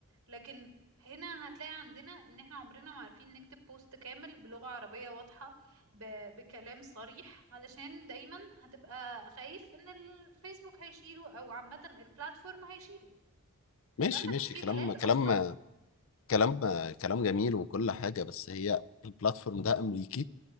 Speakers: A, on the right; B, on the left.
A: لكن هنا هتلاقي عندنا ان احنا عمرنا ما عارفين نكتب بوست كامل بلغة عربية واضحة ب- بكلام صريح علشان دايما هتبقى خايف ان الفيسبوك هيشيله او عامة البلاتفورم هيشيله
B: ماشي
A: انت عندك
B: ماشي
A: في
B: كلام
A: بلاد
B: كلام
A: اصلا
B: كلام كلام جميل وكل حاجه بس هي البلاتفورم ده امريكي